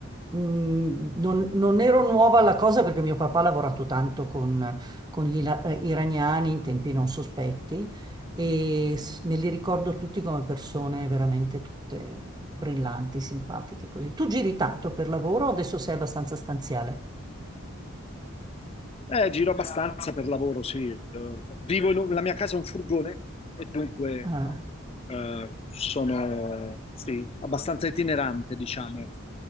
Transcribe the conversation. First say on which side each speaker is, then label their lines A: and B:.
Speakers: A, on the right (about 20°); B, on the left (about 25°).
A: Mm, non, non ero nuova alla cosa perché mio papà ha lavorato tanto con, con gli ila- eh, iraniani in tempi non sospetti e s- me li ricordo tutti come persone veramente tutte brillanti, simpatiche, così. Tu giri tanto per lavoro, o adesso sei abbastanza stanziale.
B: Eh, giro abbastanza per lavoro, sì. Eh, vivo in un- la mia casa è un furgone e dunque
A: Eh.
B: eh, sono sì, abbastanza itinerante, diciamo.